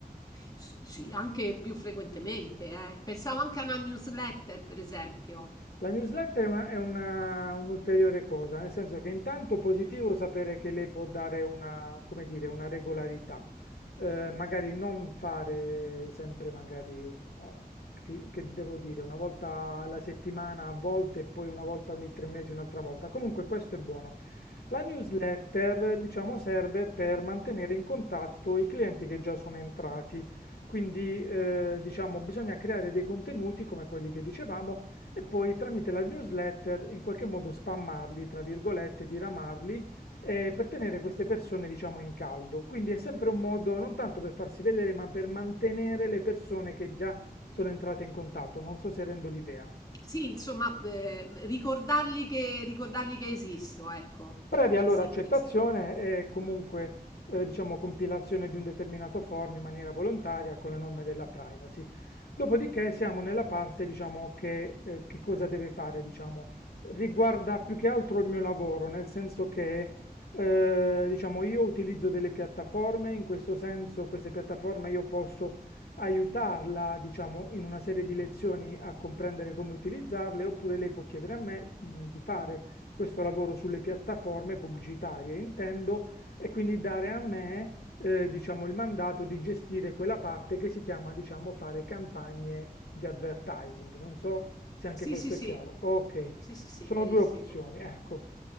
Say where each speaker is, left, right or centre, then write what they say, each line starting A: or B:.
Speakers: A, on the left; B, on the left.
A: S sì, anche più frequentemente, eh. Pensavo anche a una newsletter, per esempio.
B: La newsletter è una- è una- un'ulteriore cosa, nel senso che intanto positivo
A: Mh.
B: sapere che lei può dare una, come dire, una regolarità, Eh, magari non fare sempre magari, un- o- ti- che devo dire, una volta alla settimana a volte e poi una volta ogni tre mesi un'altra volta. Comunque questo è buono. La newsletter, diciamo, serve per mantenere in contatto i clienti che già sono entrati, quindi eh, diciamo bisogna creare dei contenuti come quelli che dicevamo e poi tramite la newsletter in qualche modo spammarli, tra virgolette, diramarli eh, per tenere queste persone, diciamo, in caldo. Quindi è sempre un modo non tanto per farsi vedere, ma per mantenere le persone che già sono entrate in contatto. Non so se rendo l'idea.
A: Sì, insomma, ehm, ricordargli che ricordargli che esisto, ecco,
B: Previa
A: in
B: allora
A: sintesi.
B: accettazione e comunque
A: Mh.
B: eh, diciamo, compilazione di un determinato form in maniera volontaria con le norme della privacy. Dopodiché siamo nella parte diciamo, che, eh, che cosa deve fare, diciamo, riguarda più che altro il mio lavoro, nel senso che eh, diciamo, io utilizzo delle piattaforme, in questo senso queste piattaforme io posso aiutarla, diciamo, in una serie di lezioni a comprendere come utilizzarle, oppure lei può chiedere a me, mh, di fare questo lavoro sulle piattaforme pubblicitarie, intendo, e quindi dare a me, eh, diciamo, il mandato di gestire quella parte che si chiama, diciamo, fare campagne di advertising. Non so se anche
A: Sì,
B: questo
A: sì, sì.
B: è chiaro. Ok,
A: Sì, sì, sì,
B: sono
A: chiarissimo.
B: due opzioni, ecco.